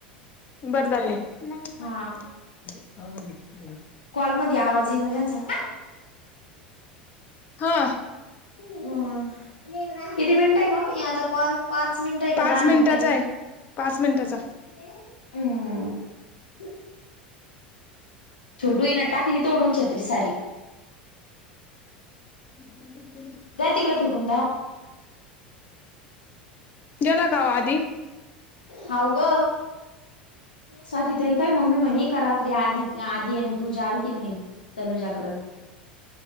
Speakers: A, on the left (about 35°); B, on the left (about 80°).
A: बरं झाले नाही पडले
B: हा कॉलमध्येध्ये आवाज येई ना त्यांचा
A: ह
B: ह किती मिनिटं आहे का ना आता कॉल पाच मिनिट ये
A: पाच
B: का दहा
A: मिनिटाचा
B: मिनिट
A: आहे. पाच मिनिटाचा
B: ये हम्म छोटू ही न टाकली तोडून छत्री सारी
A: ह
B: दया तिकड फिकून धरा
A: गेला का वो आदि
B: हऊ ग स्वाती ताई मम्मी म्हणे का रात्री आदि आदि आणि पूजा अलती म्हणे तनुजाकड